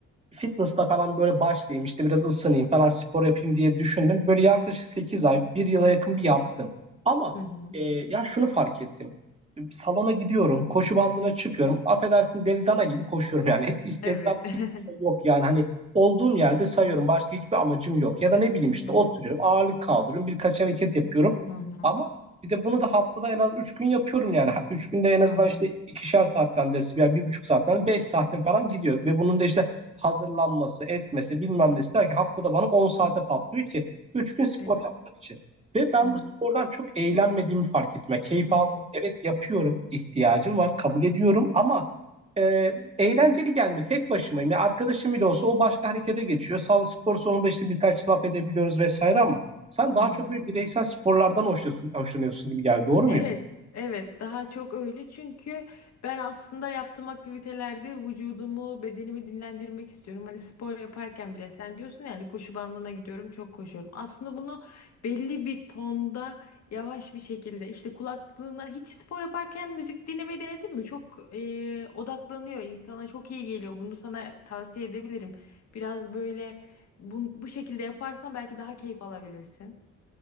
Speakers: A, on the right; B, on the left.
A: fitness'ta falan böyle başlayayım işte biraz ısınayım falan spor yapayım diye düşündüm. Böyle yaklaşık 8 ay, bir yıla yakın bir yaptım. Ama
B: Hı hı.
A: e, ya şunu fark ettim. Salona gidiyorum, koşu bandına çıkıyorum. Affedersin deli dana gibi koşuyorum yani. Hiç,
B: Evet.
A: etrafta hiçbir
B: <laughs>
A: şey yok yani hani olduğum yerde sayıyorum. Başka hiçbir amacım yok. Ya da ne bileyim işte
B: Hı hı.
A: oturuyorum, ağırlık kaldırıyorum, birkaç hareket yapıyorum.
B: Hı hı.
A: Ama bir de bunu da haftada en az 3 gün yapıyorum yani. Ha- üç günde en azından
B: Hı hı.
A: işte ikişer saatten de yani bir buçuk saatten 5 saatin falan gidiyor. Ve bunun da işte hazırlanması, etmesi bilmem ne ister ki haftada bana 10 saate patlıyor ki 3 gün spor
B: Evet.
A: yapmak için. Ve ben
B: Hı hı.
A: bu spordan çok eğlenmediğimi fark ettim. Yani Keyif
B: Hı
A: almıyorum.
B: hı.
A: Evet yapıyorum, ihtiyacım var, kabul ediyorum ama e, eğlenceli gelmiyor. Tek başımayım. Yani arkadaşım bile olsa o başka harekete geçiyor. Sağlık spor sonunda işte birkaç laf edebiliyoruz vesaire ama sen daha
B: Hı hı.
A: çok böyle bireysel sporlardan hoşlanıyorsun, hoşlanıyorsun gibi geldi. Doğru mu?
B: Evet, evet daha çok öyle çünkü ben aslında yaptığım aktivitelerde vücudumu, bedenimi dinlendirmek istiyorum. Hani spor yaparken bile sen diyorsun yani koşu bandına gidiyorum, çok koşuyorum. Aslında bunu belli bir tonda yavaş bir şekilde işte kulaklığına hiç spor yaparken müzik dinlemeyi denedin mi? Çok eee, odaklanıyor insana, çok iyi geliyor. Bunu sana tavsiye edebilirim. Biraz böyle bu, bu şekilde yaparsan belki daha keyif alabilirsin.